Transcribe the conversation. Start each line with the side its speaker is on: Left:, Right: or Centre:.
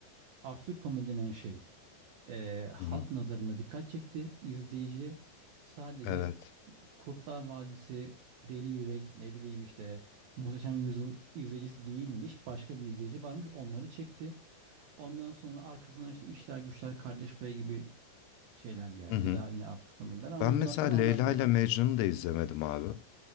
Right: absürt komedi denen şey e, halk
Left: Hı hı.
Right: nazarında dikkat çekti. İzleyici sadece
Left: Evet.
Right: Kurtlar Vadisi, Deli Yürek, ne bileyim işte Muhteşem Yüzyıl izleyicisi değilmiş. Başka bir izleyici varmış. Onları çekti. Ondan sonra arkasından işte işler güçler kardeş payı gibi şeyler geldi.
Left: Hı hı.
Right: Daha yine absürt komediler ama
Left: Ben
Right: bunlar
Left: mesela
Right: tabii
Left: Leyla
Right: ana akımdaydı.
Left: ile Mecnun'u da izlemedim abi.